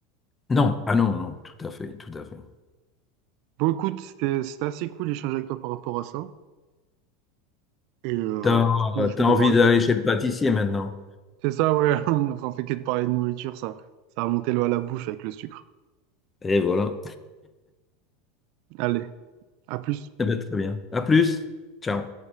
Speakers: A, on the left (about 20°); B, on the right (about 60°).
A: Non, ah non, non, tout à fait, tout à fait.
B: Bon, écoute, c'était c'était assez cool d'échanger avec toi par rapport à ça. Et euh,
A: T'as,
B: bah, du coup, je
A: t'as
B: vais devoir
A: envie d'aller
B: y aller.
A: chez le pâtissier maintenant.
B: C'est ça, ouais, <laughs> on fait que de parler de nourriture, ça. Ça a monté l'eau à la bouche avec le sucre.
A: Et voilà.
B: Allez, à plus.
A: Eh ben, très bien. À plus. Ciao.